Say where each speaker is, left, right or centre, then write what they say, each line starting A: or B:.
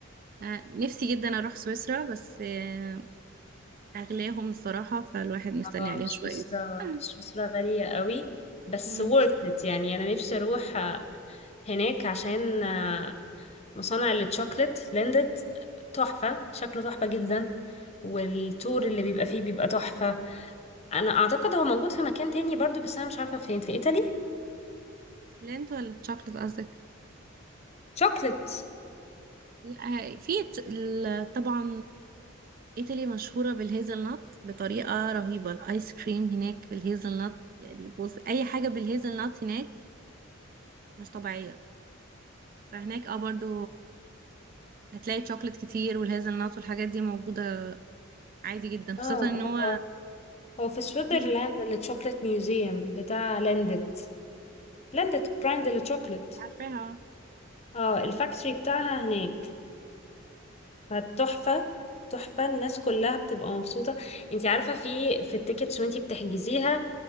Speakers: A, on the right; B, on the left.
A: آه، نفسي جدا اروح سويسرا بس آه، اغلاهم الصراحة فالواحد مستني
B: اه
A: عليها
B: سويسرا
A: شوية <laughs>
B: سويسرا غالية قوي بس
A: مم،
B: worth it يعني انا نفسي اروح آه،
A: طبعا
B: هناك عشان آه، مصانع الشوكلت ليندت تحفة شكله تحفة جدا والتور اللي بيبقى فيه بيبقى تحفة انا اعتقد هو موجود في مكان تاني برضو بس انا مش عارفة فين في ايطالي
A: لينت ولا الشوكلت قصدك
B: شوكلت
A: لا، في ت- ال- طبعا ايطالي مشهورة بالهيزل نut بطريقة رهيبة الايس كريم هناك بالهيزل نut يعني بص اي حاجة بالهيزل نut هناك مش طبيعية فهناك اه برضو هتلاقي شوكلت كتير والهيزل نت والحاجات دي موجودة عادي جدا خاصة
B: اه
A: ان هو
B: هو هو في سويسرلاند
A: مفيش بت-
B: الشوكلت ميوزيوم بتاع ليندت ليندت براند الشوكلت
A: عارفاها
B: اه الفاكتوري بتاعها هناك فتحفة تحفة الناس كلها بتبقى مبسوطة انت عارفة في في التيكتس وانت بتحجزيها